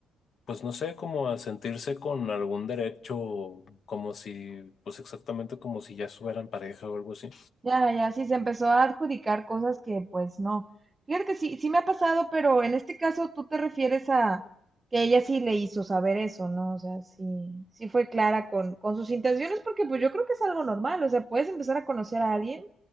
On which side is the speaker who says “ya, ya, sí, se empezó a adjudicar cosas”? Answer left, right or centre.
Right